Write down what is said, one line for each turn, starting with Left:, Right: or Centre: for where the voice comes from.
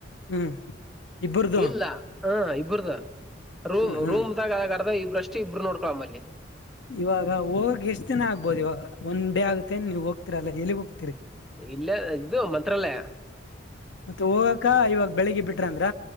Left: ಹ್ಮ್ ಇಬ್ಬರ್ದು
Centre: ಇಲ್ಲ ಹ ಒಬ್ಬರದ ರೂ
Left: ಹ್ಮ್ ಹ್ಮ್
Centre: ರೂಮ್ದಾಗ ಆರಾಧಗ್ ಈಶ್ ಷ್ಟ ಇಬ್ರು ನೋಡ್ಕೊೊಳ್ಳಮ್ಮಲ್ಲಿ
Left: ಇವಾಗ ಹೋಗಕ್ ಎಷ್ಟ್ ದಿನ ಆಗ್ಬೋದು ಇವಾಗ ಒನ್ ಡೇ ಆಗುತ್ತೇ ನೀವ್ ಹೋಗ್ತೀರಲ್ಲ ಎಲ್ಲಿಗ್ ಹೋಗ್ತೀರಿ
Centre: ಇಲ್ಲೆ ಇದು ಮಂತ್ರಲ್ಲಯ
Left: ಮತ್ತೆ ಹೋಗ ಅಕ್ಕಾ ಇವಾಗ ಬೆಳಿಗ್ಗೆ ಬಿಟ್ರ ಅಂದ್ರ